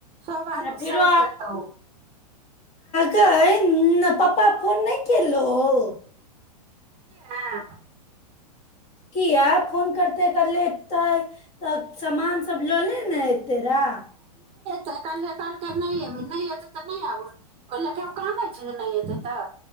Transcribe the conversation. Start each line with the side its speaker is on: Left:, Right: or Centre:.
Right: सब आलू
Left: आ फेरो
Right: सइर जेतौ
Left: क पप्पा फोन नहि केन होउ
Right: हाँ
Left: किया फोन करतेै कल ले ए त ह तऽ सामान सब लऽ ले ने एयतेरा
Right: तऽ कहलै कहलकै नहि अबी नहि एतै तऽ नहि आब ओल कान छै त नहि एतै तऽ